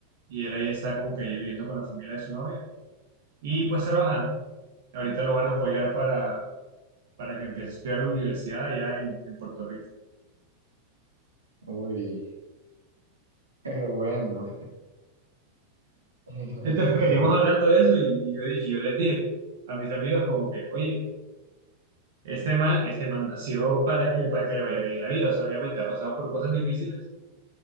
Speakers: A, on the right (about 55°); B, on the right (about 75°).
A: y él ahí está como que ahí viviendo con la familia de su novia y pues trabajando. Ahorita lo van a apoyar para, para que empiece a estudiar en la universidad allá en, en Puerto Rico.
B: uy, pero bueno, <laughs>
A: Entonces
B: eh,
A: <laughs> veníamos hablando de eso y, y yo, y yo les dije a mis amigos como que, oye, este man, este man nació para que, para que le vaya bien en la vida. O sea, obviamente ha pasado por cosas difíciles,